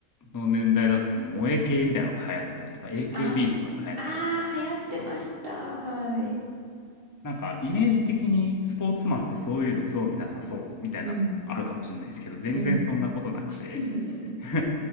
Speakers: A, on the left (about 20°); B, on the right (about 40°).
A: の年代だと、その萌え系みたいなのが流行ってたりとか、AKB
B: あ
A: とかが流行ったりとかだったんですけど、
B: あ、ああ、流行ってました。はい。
A: なんかイメージ的にスポーツマンってそういうの興味なさそうみたいなのもあるかもしれないですけど、
B: うん。
A: 全然そんなことなくて
B: うん。<laughs>
A: <laughs>